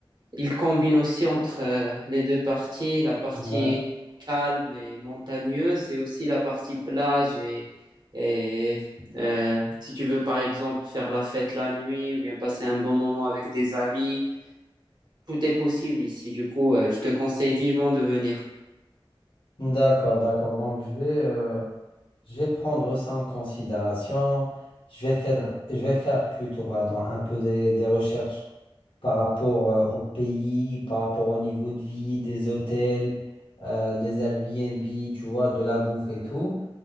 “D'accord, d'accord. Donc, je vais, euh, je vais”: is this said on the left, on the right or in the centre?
Left